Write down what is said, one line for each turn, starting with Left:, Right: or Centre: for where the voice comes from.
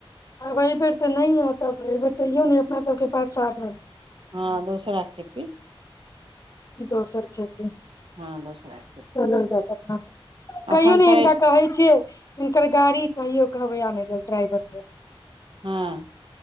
Left: आ एहि बेर तऽ नहि तबएबै तैयो ने अपना सबके पास साधन
Right: हँ दोसरा खेपी
Left: दोसर खेपी
Right: हँ दोसरा खेती
Left: चलल जाय अपना सभ
Right: अखन
Left: कहियो ने
Right: तऽ
Left: हिनका कहै छियै हिनकर गाड़ी कहियो कहबैय आनैलाए ड्राइवर के
Right: हँ